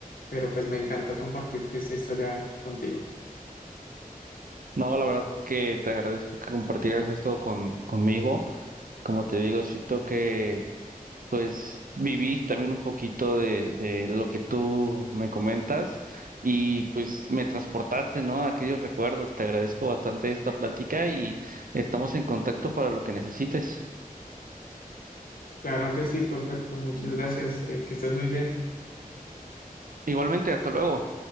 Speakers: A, on the left; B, on the right.
A: pero pues me encantó compartirte esta historia contigo.
B: No, la verdad es que te agradezco que compartieras esto con, conmigo. Como te digo, siento que Pues viví también un poquito de, de lo que tú me comentas y pues me transportaste, ¿no? A aquellos recuerdos. Te agradezco bastante esta plática y estamos en contacto para lo que necesites.
A: Claro que sí, perfecto, muchas gracias, eh, que estés muy bien.
B: Igualmente, hasta luego.